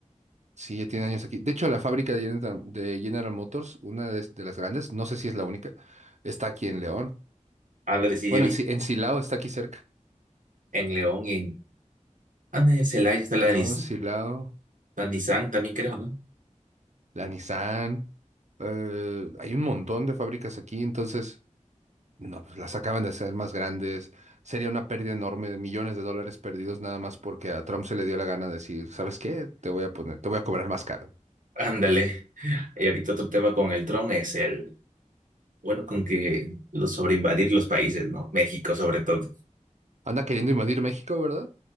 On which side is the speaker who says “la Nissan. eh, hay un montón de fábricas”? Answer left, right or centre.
Right